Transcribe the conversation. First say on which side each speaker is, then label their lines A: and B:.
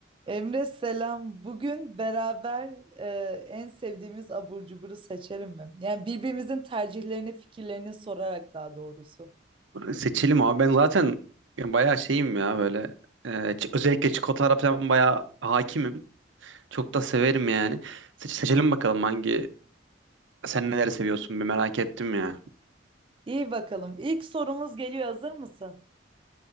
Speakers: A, on the right; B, on the right.
A: Emre selam. Bugün beraber e, en sevdiğimiz abur cuburu seçelim mi? Yani birbirimizin tercihlerini, fikirlerini sorarak daha doğrusu.
B: Seçelim abi. Ben zaten bayağı şeyim ya böyle. e, ç- özellikle çikolatalara falan bayağı hakimim. Çok da severim yani. Seç- seçelim bakalım hangi sen neler seviyorsun bir merak ettim ya.
A: İyi bakalım. İlk sorumuz geliyor. Hazır mısın?